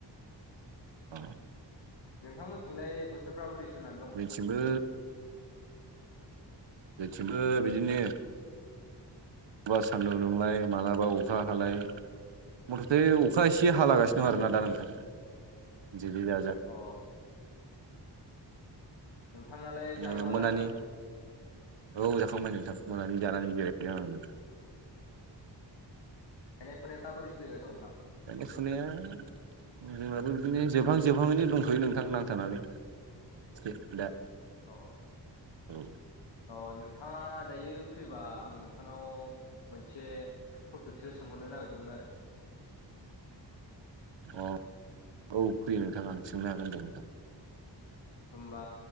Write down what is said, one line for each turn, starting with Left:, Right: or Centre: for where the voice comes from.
Right: औ
Left: नोंथांमोनथिंलाय बोथोरफ्रा बोरै सोलिनानै दं?
Right: थिंबो जोंथिंबो बिदिनो माब्लाबा सान्दुं नुंलाय मालाबा अखा हालाय मथथे अखा एसे हालागासिनो दं आरोना दा नोंथां जे जे जा
Left: अ नोंथांनालाय जामुंआ
Right: ओ मोनानि
Left: जाखांबाय
Right: औ जाखांबाय नोंथां मोनानि जानानै जिरायदों आं
Left: गायनाय फुनायफ्रा बोरै सोलिगासिनो दं नोंथां?
Right: गायनाय फुनाया जोंनाबो बिदिनो जोबहां जोबहांयैनो दंथ'यो नोंथां नांथानानै <unintelligible>
Left: अ
Right: औ
Left: अ नोंथांङा दायो फ्रिबा आं नोंथांनाव मोनसे टपिकसो सोंहरनो नागिरदोंमोन आरो।
Right: अ औ फैयो नोंथां आं सोंनो हागोन दे नोंथां।
Left: होमबा